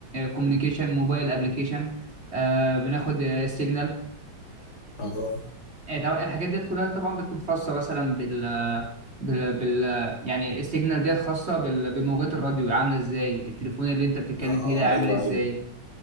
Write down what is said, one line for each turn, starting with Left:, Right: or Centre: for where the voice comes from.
Right: كوميونيكيشن موبايل ابلكيشن بناخد السيجنال طب
Left: اه
Right: آه، طب الحاجات ديت كلها طبعا بتكون خاصة مثلا بال بال, بال يعني السيجنال ديت خاصة بال- بموجات الراديو عاملة ازاي التليفون اللي انت بتتكلم
Left: اه
Right: فيه ده عامل
Left: ايوه
Right: ازاي
Left: ايوه